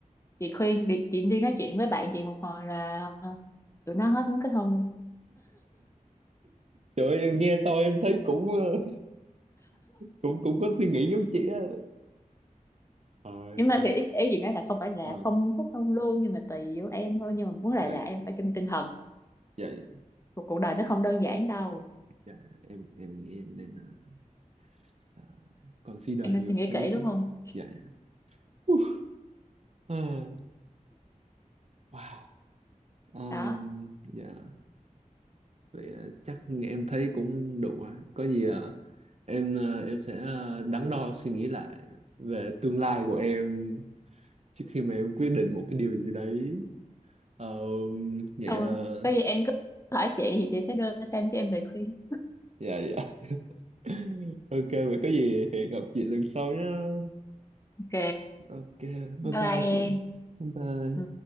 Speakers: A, on the left (about 20°); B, on the right (about 50°).
A: chị khuyên đi chị đi nói chuyện với bạn chị một hồi là ờ, tụi nó hết muốn kết hôn luôn
B: trời ơi, em nghe sao em thấy cũng ờ, cũng cũng có suy nghĩ giống chị á ờ
A: nhưng mà
B: trời.
A: thì ý, ý chị nói là không phải là
B: Ờ,
A: không kết hôn luôn nhưng mà tùy vô em thôi nhưng mà muốn
B: dạ
A: lại là
B: dạ
A: em phải chuẩn bị tinh thần
B: dạ dạ
A: cuộc cuộc đời nó không đơn giản đâu
B: dạ dạ. em em nghĩ em nên ờ, Ờ, consider
A: em nên
B: nhiều
A: suy nghĩ
B: thứ
A: kỹ đúng
B: chứ
A: không
B: dạ dạ Uh, Ờ, wow Ờm,
A: đó
B: dạ vậy ờ, chắc em thấy cũng đủ rồi có gì ờ, em ờ, em sẽ ờ, đắn đo suy nghĩ lại về tương lai của em trước khi mà em quyết định một cái điều gì đấy Ờm, vậy
A: không
B: ờ,
A: rồi, có gì em cứ hỏi chị thì chị sẽ đưa thêm cho em về khuyên
B: dạ dạ <laughs> ok vậy có gì hẹn gặp chị lần sau nhá
A: ok
B: ok bye
A: bye
B: bye
A: bye
B: chị
A: em
B: bye bye
A: ừ